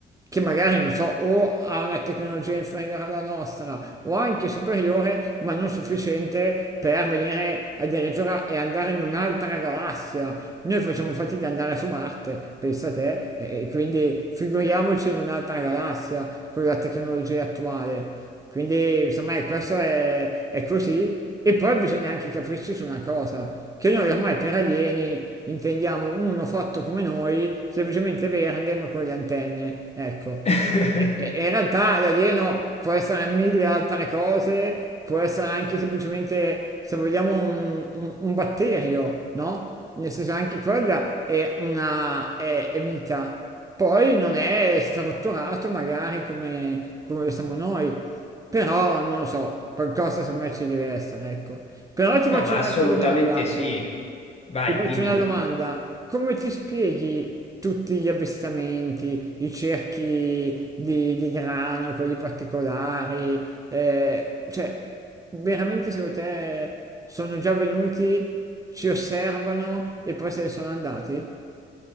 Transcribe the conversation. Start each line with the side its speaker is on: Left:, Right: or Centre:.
Right: che magari, non so, o ha una tecnologia inferiore alla nostra o anche superiore, ma non sufficiente per venire addirittura e andare in un'altra galassia. Noi facciamo fatica ad andare su Marte, pensa te, e e quindi figuriamoci in un'altra galassia con la tecnologia attuale. Quindi, insomma, ecco, questo è, è così. E poi bisogna anche capirci su una cosa, che noi ormai per alieni intendiamo uno fatto come noi, semplicemente verde ma con le antenne, ecco.
Left: <laughs>
Right: E- e in realtà l'alieno può essere mille altre cose, può essere anche semplicemente, se vogliamo, un, un- un batterio, no? Nel senso anche quella è una è- è vita. Poi non è strutturato magari come, come lo siamo noi, però non lo so, qualcosa semmai ci deve essere, ecco. Però ti
Left: No,
Right: faccio
Left: ma
Right: un'altra
Left: assolutamente
Right: domanda,
Left: sì. Vai,
Right: ti faccio
Left: dimmi.
Right: una domanda. Come ti spieghi tutti gli avvistamenti, i cerchi di, di grano, quelli particolari? Eh, cioè, veramente secondo te sono già venuti, ci osservano e poi se ne sono andati?